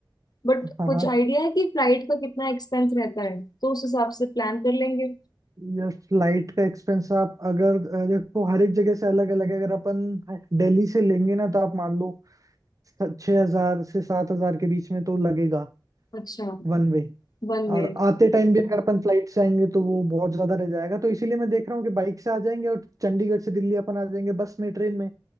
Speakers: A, on the left; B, on the right.
A: बट
B: हाँ
A: कुछ
B: हाँ
A: आइडिया है कि फ्लाइट का कितना एक्सपेंस रहता है तो उस हिसाब से प्लान कर लेंगे
B: या फ्लाइट का एक्सपेंस आप अगर अ, देखो हर एक जगह से अलग अलग है अगर अपन दिल्ली से लेंगे ना तो आप मान लो छह हजार से सात हजार के बीच में तो लगेगा
A: अच्छा
B: वन वे
A: One way
B: और आते टाइम भी अगर अपन फ्लाइट से आएंगे तो वो बहुत ज्यादा रह जाएगा तो इसीलिए मैं देख रहा हूँ कि बाइक से आ जाएंगे और चंडीगढ़ से दिल्ली अपन आ जाएंगे बस में ट्रेन में